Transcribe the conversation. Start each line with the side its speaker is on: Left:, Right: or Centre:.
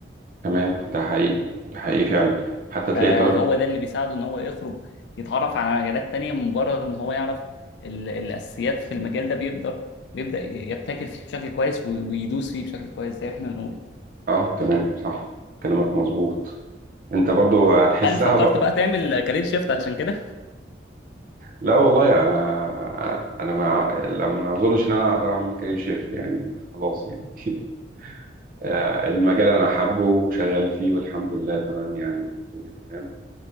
Right: تمام، ده حقيقي ده حقيقي فعلا حتى تلاقي
Left: فهو
Right: طلبة
Left: ده اللي بيساعده ان هو يخرج يتعرف على مجالات تانية مجرد ان هو يعرف ال- الاساسيات في المجال ده بيقدر بيبدأ يبتكر فيه بشكل كويس و- ويدوس فيه بشكل كويس زي احنا بنقول
Right: اه تمام صح كلامك مظبوط انت برضو هتحسها
Left: هل فكرت
Right: بقى
Left: بقى تعمل كارير شيفت عشان كده؟
Right: لا والله انا انا ما لما اظنش ان انا اقدر اعمل كارير شيفت يعني خلاص يعني <laughs> آه، المجال انا حابه وشغال فيه والحمد لله تمام يعني الدنيا تمام